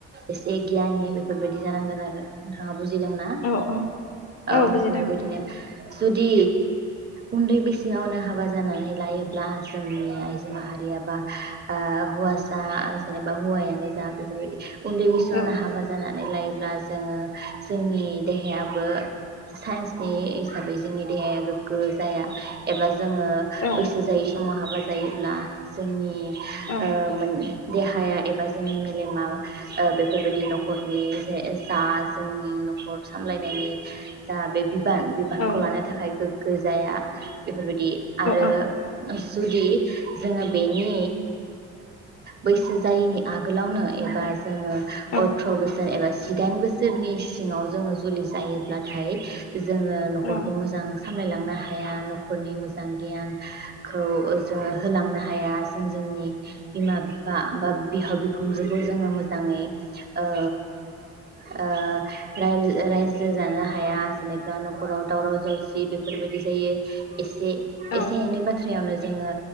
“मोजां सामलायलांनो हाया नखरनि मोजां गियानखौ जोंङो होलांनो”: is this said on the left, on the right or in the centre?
Right